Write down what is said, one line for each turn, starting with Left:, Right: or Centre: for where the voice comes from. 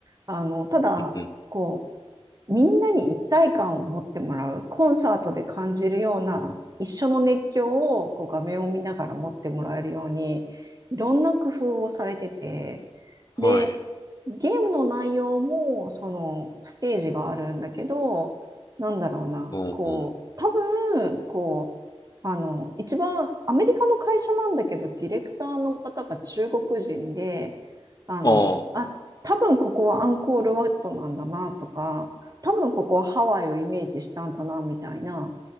Right: あの、ただ、
Left: うん。
Right: こう、みんなに一体感を持ってもらう、コンサートで感じるような、一緒の熱狂をこう画面を見ながら持ってもらえるように、いろんな工夫をされてて、
Left: はい。
Right: で、ゲームの内容も、その、ステージがあるんだけど、なんだろうな、
Left: おお。
Right: こう、多分、こう、あの、一番アメリカの会社なんだけど、ディレクターの方が中国人で、あの、
Left: あ
Right: あ、多分ここはアンコールワットなんだなとか、多分ここはハワイをイメージしたんだな、みたいな